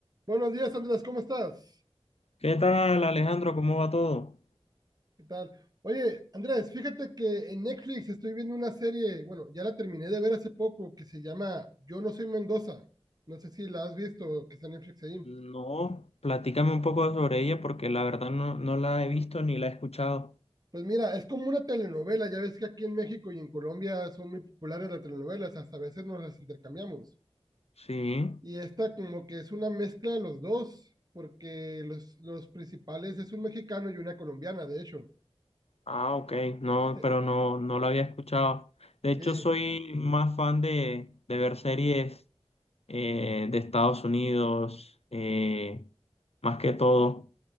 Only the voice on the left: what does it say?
¿Qué tal, Alejandro? ¿Cómo va todo?
No, Platícame un poco sobre ella porque la verdad no, no la he visto ni la he escuchado.
Sí.
Ah, ok. No,
pero no, no la había escuchado. De hecho,
soy más fan de, de ver series eh, de Estados Unidos, eh, más que todo.